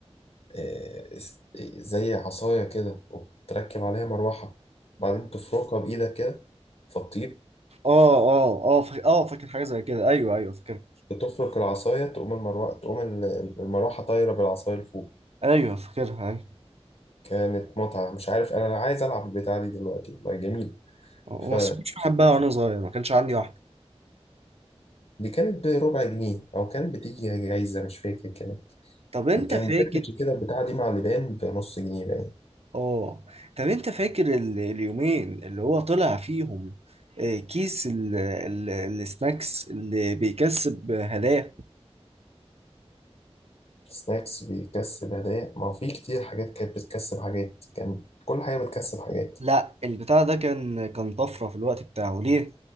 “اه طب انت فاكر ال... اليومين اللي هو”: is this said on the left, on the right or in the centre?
Right